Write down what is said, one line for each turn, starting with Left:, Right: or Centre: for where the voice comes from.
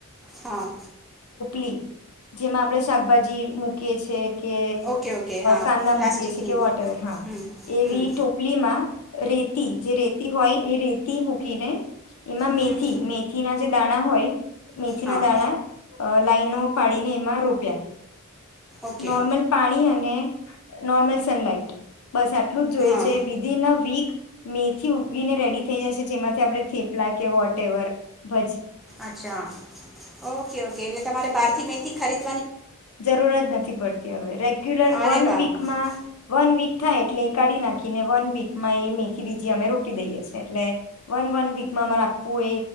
Centre: હા.
Left: લી જેમાં આપણે શાકભાજી મુ ક છે. કે
Centre: ઓકે ઓકે હા
Left: કાંદા
Centre: પ્લાસ્ટિકની
Left: મૂકીએ કે વોટર હા
Centre: હમ
Left: એવી
Centre: હમ
Left: ટોપલીમાં. રેતી જે રેતી હોય એ રેતી મૂકીને એમાં
Centre: હમ
Left: મેથી મેથીના જે દાણા હોય. મિથિના
Centre: હા
Left: દાણા. અ લાાઈનો પાડીને એમાં રોપ્યા.
Centre: ઓકે
Left: નોર્મલ પાણી એ ને નોર્મલ સનલાઈટ, બસ આટલું જ જોઈએ
Centre: હા
Left: છે વિધન અ વીક મેથી ઉગીને રેડી થઈ જાય છે, જેમાંથી આપણે થેપલા કે વોટ એવર, ભ
Centre: અચ્છા, ઓકે ઓકે એટલે તમારે બહારથી મેથી ખરીદ
Left: જરૂરત નથી પડતી, હવે રેગ્યુલર
Centre: અરે
Left: વન
Centre: વાહ
Left: વીકમાં
Centre: વાહ
Left: વન વીક. થાય એટલે એ કાઢી નાખીને વન વીકમાં એ મેથી બીજી અમે રોપી દઈએ છીએ, એટલે વન વન વીકમાં અમારે આખું